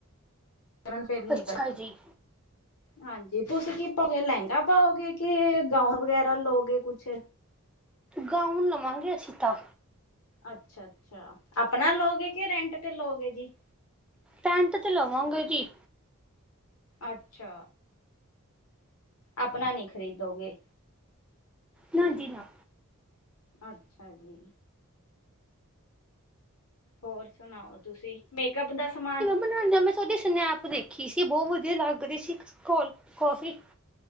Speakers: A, on the left; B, in the centre.
A: ਕਰਨ ਫੇਰ ਨਿਕਲਾ
B: ਅੱਛਾ ਜੀ
A: ਹਾਂਜੀ ਤੁਸੀਂ ਕੀ ਪਾਓ ਗੇ ਲੈਂਗਾ ਪਾਓਗੇ, ਕਿ ਗਾਊਨ ਵਗੈਰਾ ਲਓਗੇ ਕੁਛ?
B: ਗਾਊਨ ਲਵਾਂਗੇ ਅਸੀ ਤਾਂ।
A: ਅੱਛਾ-ਅੱਛਾ, ਆਪਣਾ ਲਓਗੇ ਕੇ ਰੈਂਟ ਤੇ ਲ‌ਓਗੇ ਜੀ?
B: ਰੈਂਟ ਤੇ ਲਵਾਂਗੇ ਜੀ।
A: ਅੱਛਾ। ਆਪਣਾ ਨੀ ਖਰੀਦੋਗੇ।
B: ਨਾ ਜੀ ਨਾ।
A: ਅੱਛਾ ਜੀ। ਹੋਰ ਸੁਣਾਓ ਤੁਸੀਂ? ਮੇਕਅਪ ਦਾ ਸਮਾਨ
B: ਮੈਂਨੂੰ ਏਂਜ ਲਗਦਾ ਮੈ ਸੋਡੀ ਸਨੈਪ ਵੇਖੀ ਸੀ, ਬੋ ਵਧੀਆ ਲੱਗ ਰੀ ਸੀ। ਕੋਲ ਕੋਫੀ